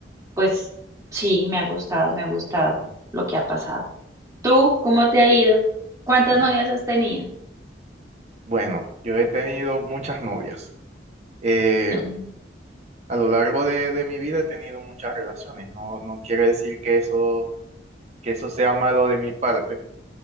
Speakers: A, on the right (about 20°); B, on the right (about 40°).
A: pues sí, me ha gustado, me ha gustado lo que ha pasado. ¿Tú cómo te ha ido? ¿Cuántas
B: Eh,
A: novias has tenido?
B: Bueno, yo he tenido muchas novias. Eh,
A: Mm,
B: a lo largo de, de mi vida he tenido muchas relaciones. No, no quiere decir que eso, que eso sea malo de mi parte,